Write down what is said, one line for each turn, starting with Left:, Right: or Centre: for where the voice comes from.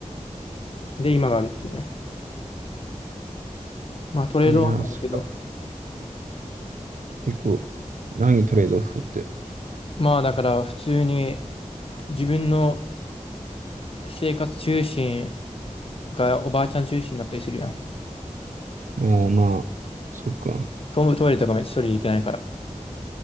Left: で、今があるっていうね。まあトレードオフはあるけど、
Right: いやー、それか結構、何トレードオフって。
Left: まあだから普通に自分の生活中心がおばあちゃん中心になったりするやん。
Right: ああ、まあ、そっか。
Left: トトイレとかも一人で行けないから。